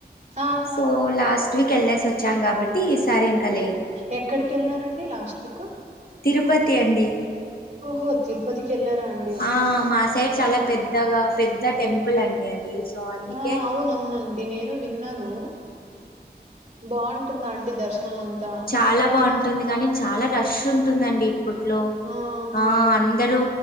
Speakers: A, on the right; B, on the left.
A: ఆహా
B: సో లాస్ట్ వీక్ వెళ్సి వచ్చాం కాబట్టి ఈ సారి ఇంకా లేదు.
A: ఎక్కడికి వెళ్ళినారండి లాస్ట్ వీక్.
B: తిరుపతి అండి.
A: ఓహో తిరుపతికి వెళ్ళారా అండి
B: ఆ మా సైడ్ చాలా
A: మం
B: పెద్దగా పెద్ద టెంపుల్ అండి అది. సో అన్నికే.
A: ఆ అవునవునండి నేను విన్నాను బాగుంటుందా అండి దర్శనం అంతా.
B: చాలా బాగుంటుంది కానీ చాలా రష్ ఉంటుందండి ఇప్పుడు. లో
A: ఆహా
B: ఆ అందరూ.